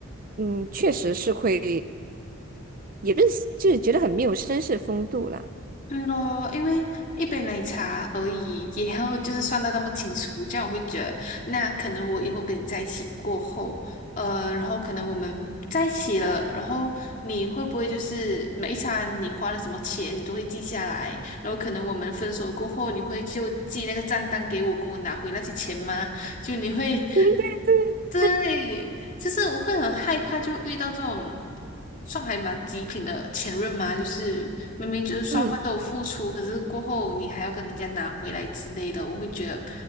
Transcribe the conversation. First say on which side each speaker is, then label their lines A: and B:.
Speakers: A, on the right; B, on the left.
A: 嗯，确实是会，也不是就是觉得很没有绅士风度啦。
B: 对咯，因为一杯奶茶而已，也要就是算的那么清楚，这样我会觉得，那可能我以后跟你在一起过后，呃，然后可能我们在一起了，然后你会不会就是每一餐你花了什么钱，你都会记下来，然后可能我们分手过后，你会就寄那个账单给我，跟我拿回那些钱吗？就你会，
A: 对对对，
B: 对，就是我会很害怕，就遇到这种算还蛮极品的前任嘛，就是明明就是双方都有付出，
A: 嗯，
B: 可是过后你还要跟人家拿回来之类的，我会觉得，